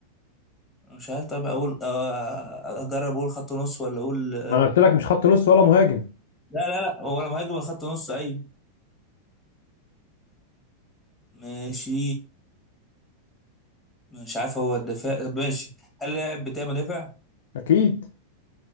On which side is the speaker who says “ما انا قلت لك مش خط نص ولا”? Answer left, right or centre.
Left